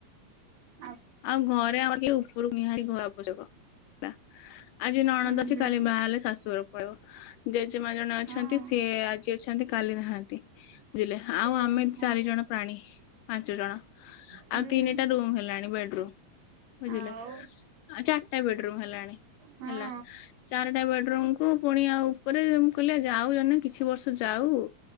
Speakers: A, on the right; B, on the left.
A: ଆ
B: ଆଉ ଘରେ ଆମର ଟିକେ ଉପରକୁ ନିହାତି <unintelligible> ହେଲା। ଆଜି ନଣନ୍ଦ
A: ହୁଁ
B: ଅଛି
A: ହୁଁ
B: କାଲି ବାହା ହେଲେ ଶାଶୁଘରେ ପଳେଇବ। ଯେ ଜେଜେ ମା ଜଣେ ଅଛନ୍ତି
A: ହଁ।
B: ସିଏ ଆଜି ଅଛନ୍ତି କାଲି ନାହାନ୍ତି। ବୁଝିଲେ
A: ସେଇଆ
B: ଆଉ ଆମେ
A: ହଁ
B: ଚାରି ଜଣ ପ୍ରାଣୀ ପାଞ୍ଚ ଜଣ
A: ହୁଁ।
B: ଆଉ ତିନିଟା ରୁମ ହେଲାଣି ବେଡ ରୁମ୍ ବୁଝିଲେ
A: ଆଉ
B: ଚାରିଟା ବେଡରୁମ ହେଲାଣି
A: ହଁ
B: ହେଲା। ଚାରିଟା ବେଡମ କୁ ପୁଣି ଆଉ ଉପରେ ମୁଁ କହିଲି ଯାଉ କିଛି ବର୍ଷ ଯାଉ